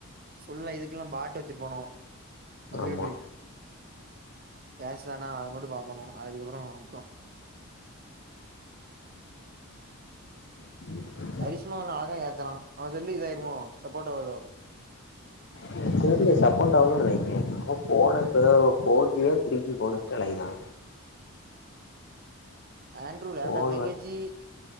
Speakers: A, on the right; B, on the left.
A: ஃபுல்லா இதுக்கெல்லா பாட்டு வச்சிருக்கணு கம்யூட்ரி
B: ஆமா
A: பேசலனா அதை மட்டு <unintelligible> அதுக்கப்புற விட்ருவ
B: <inaudible>
A: அரிஷுமா அவன் அழகா ஏத்தலா அவன் சொல்லி இதாயிரமோ சப்போர்ட் ஆகுதோ
B: எனக்கு தெர்ல சப்போ்ட் ஆவுதா நெனைக்கே போன இப்போத four ஜிய three G <unintelligible>
A: Andrew laptop
B: phone
A: வாங்கியாச்சி
B: வந்து